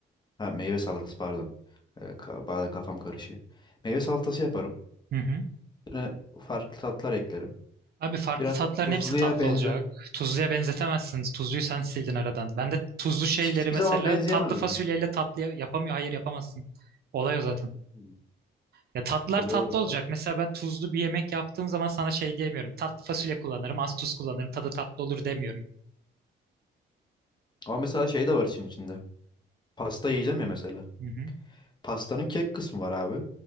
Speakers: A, on the left; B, on the right.
A: Ha meyve salatası pardon. Eee, ka- bazen kafam karışıyor. Meyve salatası yaparım.
B: Hı hı.
A: Üstüne farklı tatlar eklerim.
B: Abi farklı
A: Biraz
B: tatların
A: tuzluya
B: hepsi tatlı
A: benzer.
B: olacak. Tuzluya benzetemezsiniz. Tuzluyu sen sildin aradan. Ben de tuzlu şeyleri
A: Hiç- hiçbir
B: mesela
A: zaman benzeyemez
B: tatlı fasulyeyle
A: mi?
B: tatlı yapamıyor. Hayır yapamazsın. Olay o zaten.
A: Hmm.
B: Ya tatlılar
A: Olay
B: tatlı
A: oysa.
B: olacak. Mesela ben tuzlu bir yemek yaptığım zaman sana şey diyemiyorum. Tatlı fasulye kullanırım, az tuz kullanırım. Tadı tatlı olur demiyorum.
A: Ama mesela şey de var için içinde. Pasta yiyeceğim ya mesela.
B: Hı hı.
A: Pastanın kek kısmı var abi.